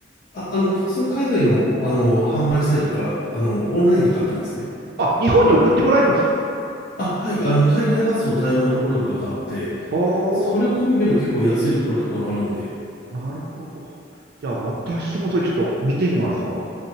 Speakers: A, on the left; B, on the right.
A: あ、あの、普通に海外の、あの、販売サイトから、あの、オンラインで買ってますね。
B: あ、日本に送ってもらえるんです
A: あ、はい、あの、海外発送対応のところとかがあって、
B: あ
A: それ込みでも結構安いところとかがあるんで、
B: あ、なるほど。じゃあ、私もそれちょっと見てみますわ。